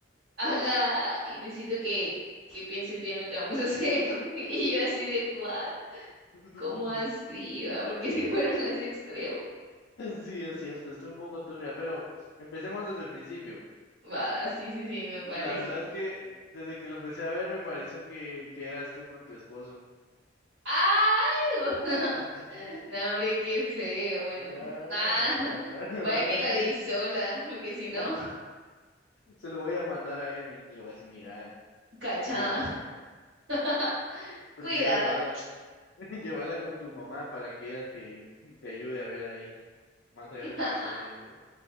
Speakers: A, on the right (about 70°); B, on the left (about 80°).
A: haga, y necesito que, que pienses bien lo que vamos a hacer. <laughs> Y yo así de what,
B: <laughs>
A: ¿cómo así, va? Porque se fueron a ese extremo.
B: Sí, es cierto, estuve un poco turbia, pero empecemos desde el principio.
A: Va, sí, sí, sí, me parece.
B: La verdad es que desde que lo empecé a ver me pareció que, que eras tú con tu esposo.
A: ¡Ay! <laughs>
B: <laughs>
A: No, hombre, qué feo. Bueno,
B: Ah,
A: ah, <laughs>
B: <laughs>
A: vaya
B: va
A: que
B: que
A: la
B: sí.
A: di sola, porque si
B: <laughs>
A: no,
B: Ah, se lo voy a mandar a él, mi- le voy a decir, mira,
A: <laughs> cachada.
B: cuidado.
A: <laughs>
B: Primero
A: Cuidado.
B: llévala, <laughs> llévala con tu mamá para que ella te, te ayude a ver ahí, más allá
A: <laughs>
B: de lo que tú estás viendo.